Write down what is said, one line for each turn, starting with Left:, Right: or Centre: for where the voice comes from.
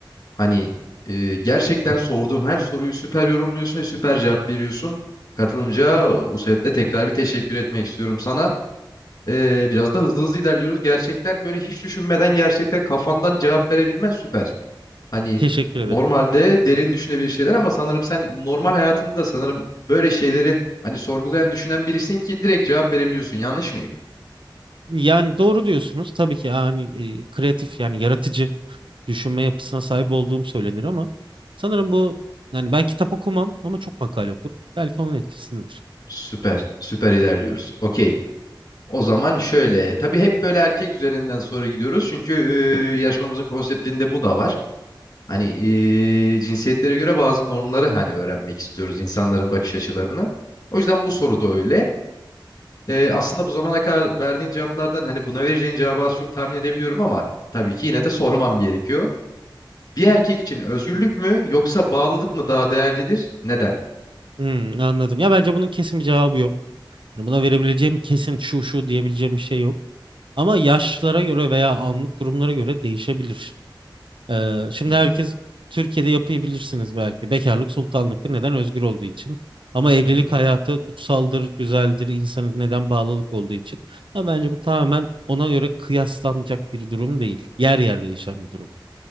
Left: Hani e, gerçekten sorduğum her soruyu süper yorumluyorsun ve süper cevap veriyorsun. Katılımcıya bu sebeple tekrar bir teşekkür etmek istiyorum sana. E, biraz da hızlı hızlı ilerliyoruz. Gerçekten böyle hiç düşünmeden gerçekten kafandan cevap verebilmen süper. Hani
Right: Teşekkür ederim.
Left: normalde derin düşünebilir şeyler ama sanırım sen normal hayatında da sanırım böyle şeyleri hani sorgulayan düşünen birisin ki direkt cevap verebiliyorsun. Yanlış mıyım?
Right: Yani doğru diyorsunuz. Tabii ki yani e, kreatif yani yaratıcı düşünme yapısına sahip olduğum söylenir ama sanırım bu yani ben kitap okumam ama çok makale okurum. Belki onun etkisindedir.
Left: Süper. Süper ilerliyoruz. Okey. O zaman şöyle. Tabii hep böyle erkek üzerinden soru gidiyoruz. Çünkü e, yarışmamızın konseptinde bu da var. Hani e, cinsiyetlere göre bazı normları hani öğrenmek istiyoruz. insanların bakış açılarını. O yüzden bu soru da öyle. E, aslında bu zamana kadar verdiğin cevaplardan hani buna vereceğin cevabı az çok tahmin edebiliyorum ama tabii ki yine de sormam gerekiyor. Bir erkek için özgürlük mü yoksa bağlılık mı daha değerlidir? Neden?
Right: Hmm, anladım. Ya bence bunun kesin bir cevabı yok. Yani buna verebileceğim kesin şu şu diyebileceğim bir şey yok. Ama yaşlara göre veya anlık durumlara göre değişebilir. Ee, şimdi
Left: Hmm.
Right: herkes Türkiye'de yapıyı bilirsiniz belki. Bekarlık sultanlıktır. Neden? Özgür olduğu için. Ama evlilik
Left: Hı hı.
Right: hayatı kutsaldır, güzeldir. İnsanın neden bağlılık olduğu için. Ama bence bu tamamen ona göre kıyaslanacak bir durum değil. Yer yer değişen bir durum.